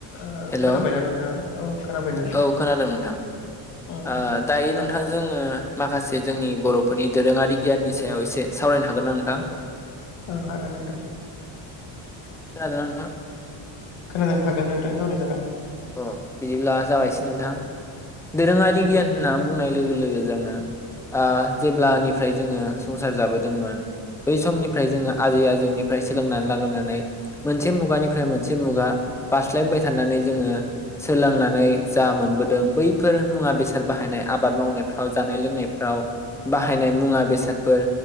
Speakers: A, on the left; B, in the centre.
A: ओ
B: हेलौ
A: खोनाबायना नोंथाङा औ। खोनाबायना
B: औ खोनादों नोंथां
A: औ
B: ओ
A: औ
B: दायो नोंथां
A: ओ
B: जोङो माखासे जोंनि बर'फोरनि दोरोङारि गियाननि सायाव एसे सावरायनो हागोनना नोंथां?
A: औ हागोन नोंथां।
B: खोनादोंना नोंथां
A: खोनादों हागोन नोंथां सावरायजागोन।
B: अ बिदिब्ला जागायसै नोंथां। दोरोङारि
A: औ
B: गियान होननानै बुंनाय लोगो लोगो जोङो ओ जेब्लानि फ्राय जोङो संसार जाबोदोंमोन बै समनिफ्राय जोङो आजै आजौनिफ्राय सोलोंनानै लाबोनानै मोनसे मुगानिफ्राय मोन मोनसे मुगा बारस्लायबोबाय थानानै जोङो सोलोंनानै जा मोनबोदों बैफोर मुवा बेसाद बाहायनाय आबाद मावनायफ्राव जानाय लोंनायफ्राव बाहायनाय मुवा बेसादफोर